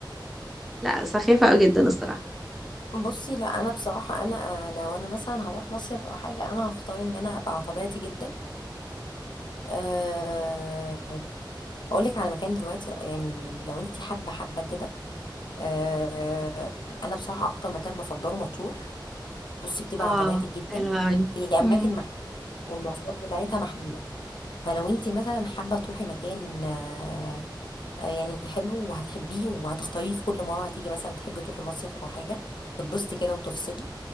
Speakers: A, in the centre; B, on the left.
A: لا سخيفة أوي جدا الصراحة
B: بصي لا انا بصراحة انا لو انا مثلا هروح مصيف او حاجة انا هختار ان انا ابقى على طبيعتي جدا أه اقول لك على مكان دلوقتي يعني لو انت حابة حابة كده آه، انا بصراحه اكتر مكان بفضله مطروح بصي بتبقى
A: اه
B: على طبيعتك جدا
A: حلوة أوي
B: هي اماكن
A: مم.
B: محدوده والمواصلات بتاعتها محدوده فلو انت مثلا حابه تروحي مكان آه، آه، يعني حلو وهتحبيه وهتختاريه في كل مره هتيجي مثلا تحبي تروحي مصيف او حاجه تتبسطي كده وتفصلي